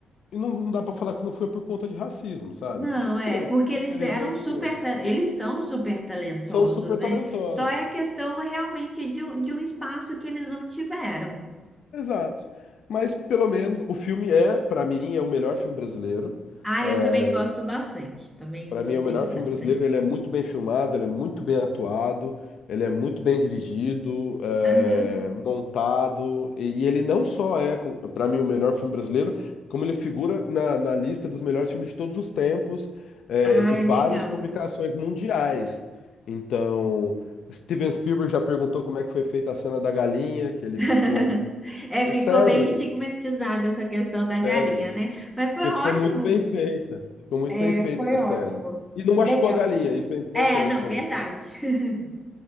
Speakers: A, on the left; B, in the centre.
A: E não, não dá pra falar que não foi por conta de racismo, sabe?
B: Não,
A: Porque foi.
B: é, porque eles
A: Infelizmente
B: eram super,
A: foi.
B: ta- eles são super talentosos,
A: São super
B: né?
A: talentosos.
B: Só é questão realmente de, um- de um espaço que eles não tiveram.
A: Exato. Mas pelo menos o filme é, pra mim, é o melhor filme brasileiro.
B: Ah,
A: É,
B: eu também gosto bastante, também
A: Para
B: gostei
A: mim é o melhor
B: bastante.
A: filme brasileiro. Ele é muito bem filmado, ele é muito bem atuado, ele é muito bem dirigido, é,
B: Aham.
A: montado. E, e ele não só é, para mim, o melhor filme brasileiro, como ele figura na, na lista dos melhores filmes de todos os tempos, é,
B: Ah,
A: de
B: é
A: várias
B: legal.
A: publicações mundiais. Então, Steven Spielberg já perguntou como é que foi feita a cena da galinha, que ele
B: <laughs>
A: ficou.
B: É,
A: É
B: ficou
A: sério
B: bem estigmatizada
A: isso,
B: essa questão da galinha,
A: sério isso.
B: né? Mas foi
A: Porque
B: ótimo.
A: ficou muito bem feita. Ficou muito
B: É,
A: bem feita
B: foi
A: a
B: ótimo.
A: cena. E não
B: Legal.
A: machucou a galinha, isso é importante
B: É, não,
A: também.
B: verdade. <laughs>